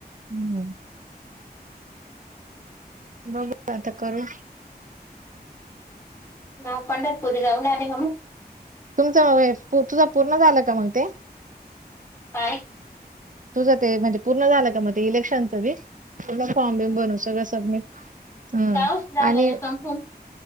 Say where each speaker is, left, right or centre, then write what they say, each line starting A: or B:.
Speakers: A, on the right; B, on the left.
A: हम्म. बघू आता करू.
B: दवाखान्यात पोरी जाऊन आली का मग?
A: तुमचं तुझं पूर्ण झालं का मग ते?
B: काय?
A: तुझं ते म्हणजे पूर्ण झालं का मग ते इलेक्शनचं बी पूर्ण फॉर्म बिम बनवू सगळं सबमिट हम्म
B: काय ओ लावला
A: आणि
B: होता का फोन